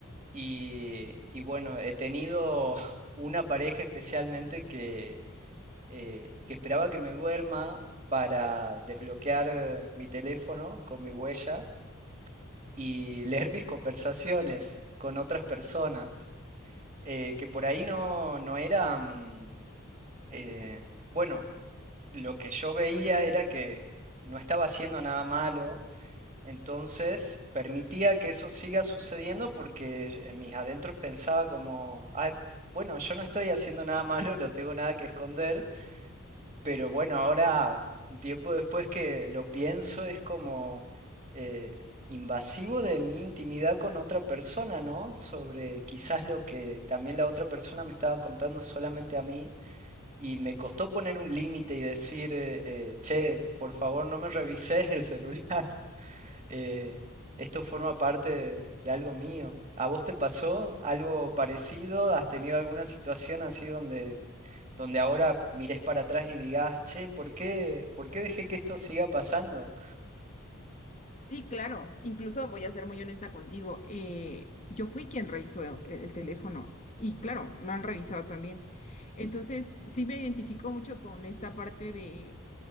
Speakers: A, on the right (about 25°); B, on the left (about 35°).
A: Y, y bueno, he tenido <laughs> una pareja especialmente que, eh, que esperaba que me duerma para desbloquear eh, mi teléfono con mi huella y <laughs> leer mis conversaciones con otras personas eh, que por ahí no, no era, mm, eh, bueno, lo que yo veía era que no estaba haciendo nada malo, entonces permitía que eso siga sucediendo porque en mis adentros pensaba como, "Ay, bueno, yo no estoy haciendo nada <laughs> malo, no tengo nada que esconder. Pero bueno, ahora, un tiempo después que lo pienso, es como eh, invasivo de mi intimidad con otra persona, ¿no? Sobre quizás lo que también la otra persona me estaba contando solamente a mí. Y me costó poner un límite y decir, eh, eh, che, por favor, no me revises el celular. <laughs> eh, esto forma parte de, de algo mío. ¿A vos te pasó algo parecido? ¿Has tenido alguna situación así donde donde ahora mires para atrás y digas, che, ¿por qué, por qué dejé que esto siga pasando?
B: Sí, claro. Incluso voy a ser muy honesta contigo. eh, yo fui quien revisó el, el teléfono y claro, no han revisado también. Entonces, sí me identifico mucho con esta parte de